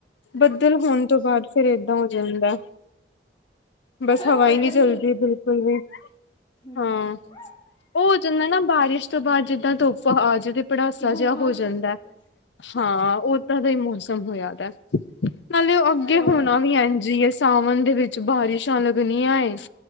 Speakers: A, on the left; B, on the left.
A: ਬੱਦਲ ਹੋਣ
B: ਅੱਛਾ
A: ਤੋਂ ਬਾਅਦ ਫਿਰ ਏਦਾਂ ਹੋ ਜਾਂਦਾ। ਬਸ
B: ਫਿਰ
A: ਹਵਾ
B: ਹੋਰ
A: ਨਹੀਂ
B: ਗਰਮੀ
A: ਚਲਦੀ
B: ਹੋ ਜਾਂਦੀ
A: ਬਿਲਕੁਲ ਵੀ
B: ਹਮ
A: ਹਾਂ।
B: ਹਮ
A: ਉਹ ਹੋ ਜਾਂਦਾ ਨਾ ਬਾਰਿਸ਼ ਤੋਂ ਬਾਦ ਜਿੱਦਾਂ ਧੁੱਪ ਆਜੇ ਤੇ ਪੜਾਸਾ
B: ਗੁੰਮਸ
A: ਜਿਹਾ ਹੋ ਜਾਂਦਾ
B: ਜਾਂਦੀ
A: ਹਾਂ ਉਹ ਦਾ ਹੀ ਮੌਸਮ ਹੋਆ ਦਾ
B: ਹਮ
A: ਨਾਲੇ ਉਹ ਅੱਗੇ
B: ਹੋਰ
A: ਹੋਣਾ ਵੀ ਐਜ ਹੀ ਹੈ। ਸਾਵਣ ਦੇ ਵਿੱਚ ਬਾਰਿਸ਼ ਛਾਂ ਲੱਗਣੀਆਂ ਏ
B: ਹਾਂ